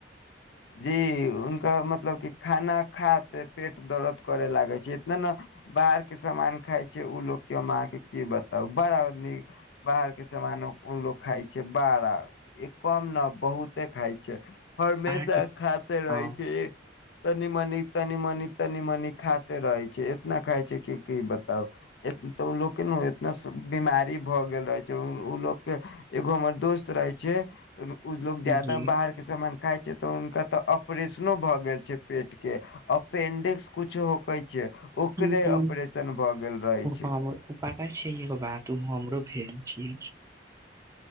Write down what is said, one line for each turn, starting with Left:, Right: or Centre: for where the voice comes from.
Left: जी हुनका मतलब कि खाना खाते पेट दर्द करे लागै छै इतना ने बाहर के सामान खाय छै ऊ लग की अहाॅंके की बताउ बड़ा नी बाहर के सामानो ऊ लोग खााय छै बड़ा कम ना बहुते खाय छै हमेशा
Right: अहाँके
Left: खाते रहै
Right: हँ
Left: छै तनी मनी तनी मनी तनी मनी खाते रहै छै इतना खाय छै कि की बताउ तऽ ऊ लोकके ना एतना बीमारी भऽ गेल रहै छै ऊ लोकके एगो हमर दोस्त रहे छै ए लोग
Right: जी
Left: जादा बाहर के सामान खाय तऽ हुनका तऽ ऑपरेशनो भऽ गेल छै पेटके अपेनडिक्स- कुछु होकै छै, ओकरे
Right: जी जी
Left: ऑपरेशन भऽ गेल रहै छै।
Right: हम ओ पता छै एगो बात, ओ हमरो भेल छी।